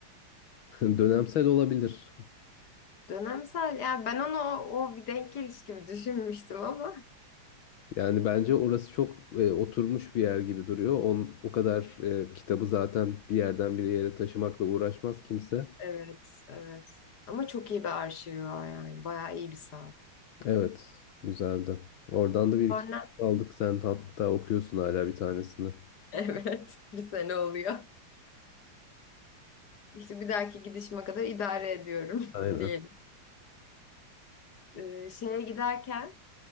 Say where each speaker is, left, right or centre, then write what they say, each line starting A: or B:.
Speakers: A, on the left (about 75°); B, on the left (about 50°).
A: <laughs> Dönemsel olabilir.
B: Dönemsel. Yani ben onu o, o bir denk geliş gibi düşünmüştüm ama.
A: Yani bence orası çok e, oturmuş bir yer gibi duruyor. On, o kadar e, kitabı zaten bir yerden bir yere taşımakla uğraşmaz kimse.
B: Evet, evet. Ama çok iyi bir arşivi var yani. Bayağı iyi bir saat.
A: Evet, güzeldi. Oradan da bir
B: Sonra
A: iki kitap
B: <laughs>
A: aldık. Sen hatta okuyorsun hala bir tanesini.
B: evet bir sene oluyor. İşte bir dahaki gidişime kadar idare ediyorum
A: Aynen.
B: <laughs> diyelim. Ee, şeye giderken